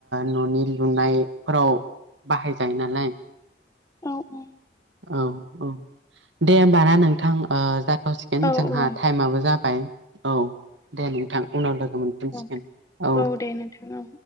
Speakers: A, on the right (about 80°); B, on the left (about 20°).
A: न'नि लुनायफोराव बाहायजायो नालाय।
B: औ औ।
A: औ औ दे होमब ना नोंथां ओ हथ'सिगोन
B: औ
A: जोंहा
B: औ
A: टाइमाबो जाबाय। औ दे नोंथां उनाव लोगो मोनफिनसिगोन
B: औ
A: औ।
B: दे नोंथां औ